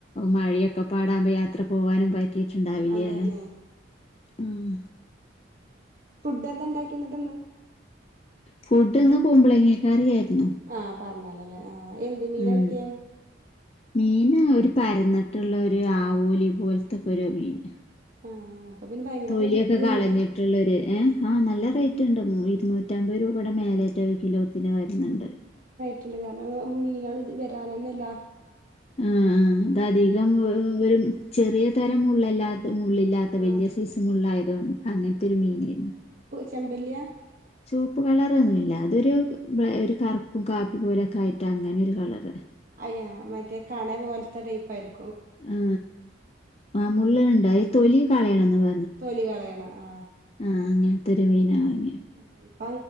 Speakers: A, on the left; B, on the right.
A: മഴയൊക്കെ പാടാവുമ്പോ യാത്ര പോകാനും പറ്റി നോക്കീട്ടുണ്ടാവില്ലേ
B: അതാണേ
A: അല്ലെ ആഹ്
B: ഫുഡ് എന്താ ഇണ്ടാക്കി എന്നിട്ട് ഇന്ന്
A: ഫുഡ് ഇന്ന് കുമ്പളങ്ങാ കറി ആയിരുന്നു.
B: ആഹ് പർണലൊലെ ആഹ് ആഹ് എന്ത് മീനാ
A: ഉം
B: കിട്ടിയേ?
A: മീന് ഒരു പരുന്നിട്ടുള്ള ഒരു ആവോലി പോലത്തൊക്കെ ഒരു മീന്.
B: ആഹ്. ഇപ്പൊ പിന്നെ ഭയങ്കര
A: തൊലിയൊക്കെ
B: റേറ്റും
A: കളഞ്ഞിട്ടുള്ളരു
B: അല്ലേ
A: ഏഹ് ആഹ് നല്ല റേറ്റ് ഉണ്ട്. ഉം ഇരുന്നൂറ്റമ്പത് രൂ പേടെ മേലേട്ട് ഒരു കിലോത്തിന് വരുന്നുണ്ട്.
B: റ്റുണ്ട്. കാരണം മീനുകൾ ഇത് വരാൻ തന്നെല്ല.
A: ആഹ് ആഹ് അത് അധികം ഒ ഒരു ചെറിയ തരം മുള്ളെല്ലാത്ത മുള്ളില്ലാത്ത
B: ആഹ്
A: വെല്യ സൈസ് മുള്ളായതുകൊണ്ട് അങ്ങൻത്തൊരു മീനേര്ന്ന്
B: ചെമ്പല്ലിയ
A: ചുവപ്പ് കളറൊന്നുമല്ല അതൊരു ഒരു ബ കറുപ്പും കാപ്പി പോലെയൊക്കെ ആയിട്ടാ അങ്ങനെ ഒരു കളറ്
B: അയ്യാ മറ്റേ കണേ പോലത്തെ ടൈപ്പ ആയിരിക്കും
A: ആ ആ മുള്ള് ഉണ്ടായി തൊലി കളയണന്ന് പ
B: തൊലി കളയണ ആഹ
A: ആ അങ്ങനത്തെ ഒരു മീനാ വങ്ങി
B: ആഹ ഇപ്പ്